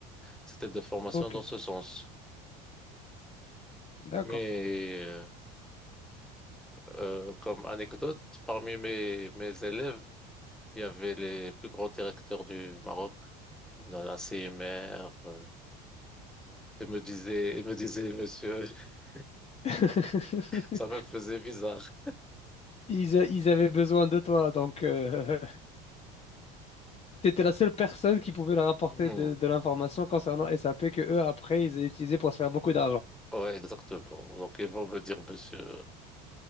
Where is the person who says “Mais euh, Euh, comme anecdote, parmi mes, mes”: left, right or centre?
Centre